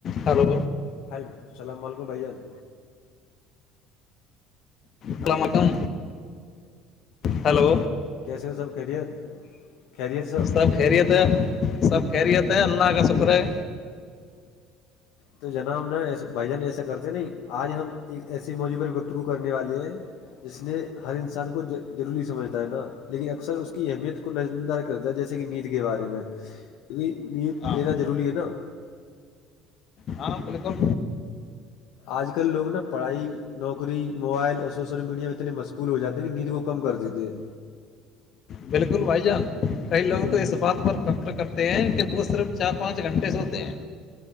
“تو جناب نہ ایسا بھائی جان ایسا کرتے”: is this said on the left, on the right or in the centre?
Left